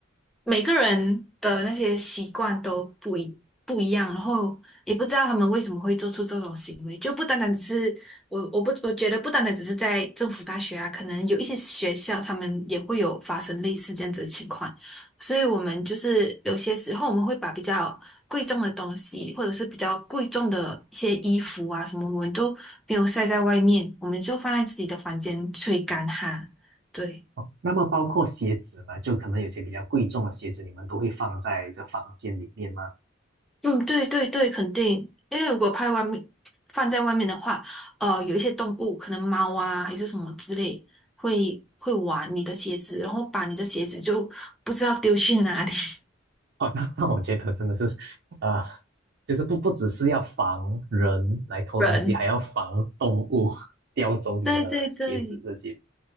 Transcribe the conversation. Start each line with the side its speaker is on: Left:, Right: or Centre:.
Centre: 每个人的那些习惯都不一不一样，然后也不知道他们为什么会做出这种行为，就不单单只是我我不我觉得不单单只是在政府大学啊，可能有一些学校他们也会有发生类似这样子的情况，所以我们就是有些时候我们会把比较。贵重的东西，或者是比较贵重的一些衣服啊什么，我们都没有晒在外面，我们就放在自己的房间吹干哈。对，
Right: 哦，那么包括鞋子呢，就可能有些比较贵重的鞋子，你们都会放在这房间里面吗？
Centre: 嗯，对对对，肯定，因为如果拍外面放在外面的话，呃，有一些动物，可能猫啊还是什么之类，会会玩你的鞋子，然后把你的鞋子就不知道丢去哪里。<laughs>
Right: 哦，那那我觉得真的是，啊、就是不不只是要防人来偷东西，
Centre: 人，
Right: 还要防动物叼走你的鞋子这些。
Centre: 对对对